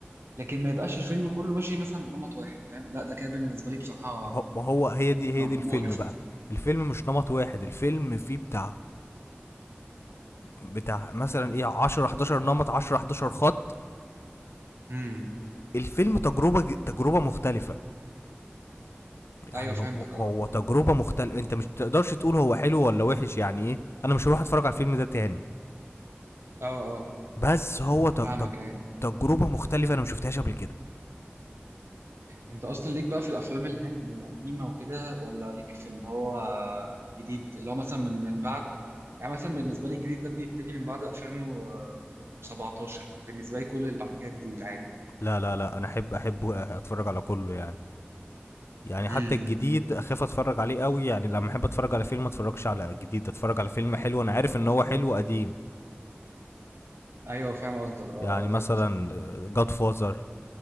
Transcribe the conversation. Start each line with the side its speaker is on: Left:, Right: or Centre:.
Right: لكن ما يبقاش الفيلم كله ماشي مثلا بنمط واحد فاهم لا ده كده بالنسبه لي بصراحه
Left: ما هو- ما هو هي دي هي
Right: مقرف
Left: دي الفيلم بقى الفيلم مش نمط واحد الفيلم فيه بتاع بتاع مثلا ايه 10 11 نمط 10 11 خط
Right: امم
Left: والفيلم تجربه ج- تجربه مختلفه يعني
Right: ايوه فهمتك
Left: هو- هو
Right: اه
Left: تجربه مختلفه انت مش تقدرش تقول هو حلو ولا وحش يعني ايه انا مش هروح اتفرج على الفيلم ده تاني
Right: اه اه
Left: بس هو ت-
Right: فاهمك
Left: تج-
Right: ايه
Left: تجربه مختلفه انا ما شفتهاش قبل كده
Right: انت اصلا ليك بقى في الافلام اللي هي القديمه وكده ولا ليك في اللي هو الجديد اللي هو مثلا من من بعد يعني مثلا بالنسبه لي الجديد ده بيبتدي من بعد 2017 بالنسبه لي كل اللي بعد كده جديد عادي
Left: لا لا لا انا احب احب اتفرج على كله يعني يعني
Right: امم
Left: حتى الجديد اخاف اتفرج عليه قوي يعني لما احب اتفرج على فيلم ما اتفرجش على جديد اتفرج على فيلم حلو انا عارف ان هو حلو قديم
Right: ايوه فاهم قصدك اه
Left: يعني
Right: آه،
Left: مثلا
Right: فاهم قصدك
Left: جاد فازر